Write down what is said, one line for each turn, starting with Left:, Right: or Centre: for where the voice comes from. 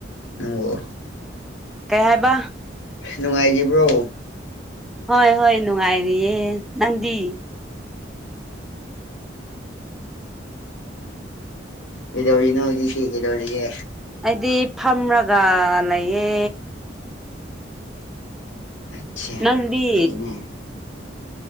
Left: ꯅꯪꯕ‌ꯣ
Centre: ꯀꯩ ꯍꯥꯏꯕ
Left: ꯅꯨꯡꯉꯥꯏꯔꯤꯕ꯭ꯔꯣ
Centre: ꯍꯣꯏ ꯍꯣꯏ ꯅꯨꯡꯉꯥꯏꯔꯤꯌꯦ ꯅꯪꯗꯤ
Left: ꯀꯗꯧꯔꯤꯅꯣ ꯍꯧꯖꯤꯛꯁꯤ ꯀ‌ꯩꯗꯧꯔꯤꯒꯦ
Centre: ꯑꯩꯗꯤ ꯐꯝꯔꯒ ꯂꯩꯌꯦ
Left: ꯑꯆꯥ
Centre: ꯅꯪꯗꯤ
Left: ꯐꯩꯏꯅꯦ